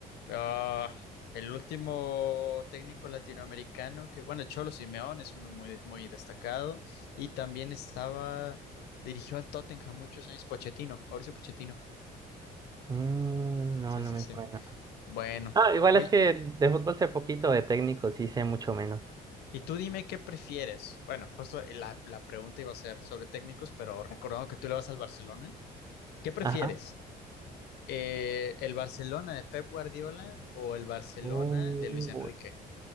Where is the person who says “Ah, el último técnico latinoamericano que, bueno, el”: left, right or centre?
Left